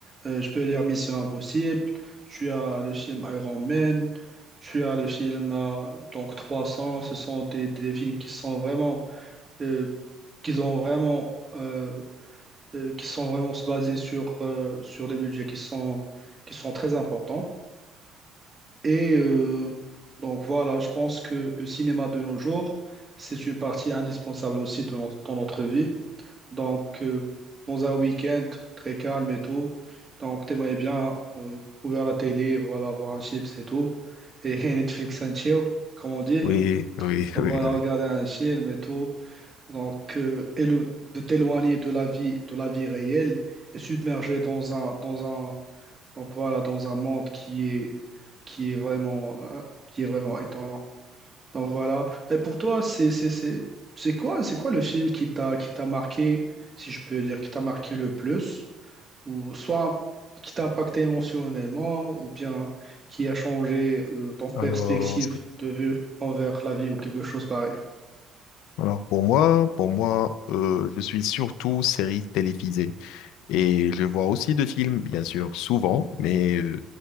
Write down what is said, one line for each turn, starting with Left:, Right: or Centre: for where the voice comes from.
Right: euh, je peux dire Mission Impossible tu as le film Iron Man tu as le film euh, donc 300 ce sont des, des films qui sont vraiment euh, qui ont vraiment euh, euh, qui sont vraiment se basés sur euh, sur des budgets qui sont qui sont très importants Et euh, donc voilà, je pense que le cinéma de nos jours, c'est une partie indispensable aussi de notre, dans notre vie. Donc euh, dans un week-end très calme et tout, donc t'aimerais bien euh, ouvrir la télé, voilà, voir un chips et tout, et <laughs> Netflix and chill, comme on dit.
Left: Oui, oui,
Right: Voilà,
Left: oui, oui.
Right: regarder un film et tout. Donc euh, élo- de t'éloigner de la vie, de la vie réelle et submerger dans un, dans un donc voilà, dans un monde qui est, qui est vraiment, euh, qui est vraiment étonnant. Donc voilà. Et pour toi, c'est, c'est, c'est, c'est quoi, c'est quoi le film qui t'a, qui t'a marqué, si je peux dire, qui t'a marqué le plus, ou soit qui t'a impacté émotionnellement, ou bien qui a changé, euh, ton perspective
Left: Alors,
Right: de vue envers la vie ou quelque chose pareil.
Left: alors pour moi, pour moi, euh, je suis surtout série télévisée et je vois aussi de films, bien sûr, souvent, mais euh,